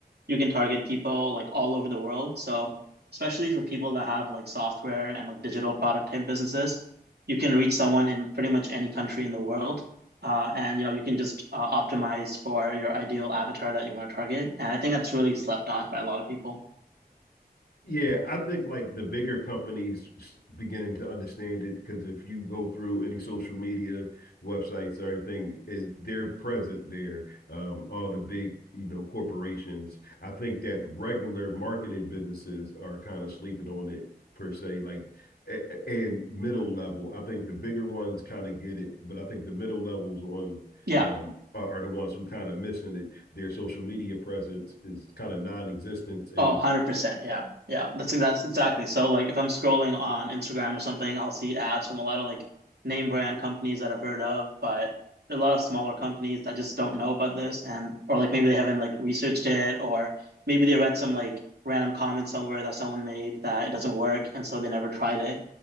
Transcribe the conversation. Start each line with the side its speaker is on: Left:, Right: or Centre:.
Right: You can target people like all over the world. So especially for people that have like software and like digital product type businesses, you can reach someone in pretty much any country in the world. Uh, and you know you can just uh, optimize for your ideal avatar that you want to target and i think that's really slept on by a lot of people
Left: Yeah, I think like the bigger companies s- begin to understand it because if you go through any social media websites or anything, is they're present there. Um, all the big, you know, corporations. I think that regular marketing businesses are kind of sleeping on it per se, like a- a- and middle level. I think the bigger ones kind of get it, but I think the middle levels on
Right: yeah
Left: um are, are the ones who kind of missing it. Their social media presence is kind of non-existent and
Right: Oh, 100%. Yeah. Yeah. That's that's exactly. So like if I'm scrolling on Instagram or something, I'll see ads from a lot of like name brand companies that I've heard of, but there are a lot of smaller companies that just don't know about this and or like maybe they haven't like researched it or maybe they read some like random comment somewhere that someone made that it doesn't work and so they never tried it.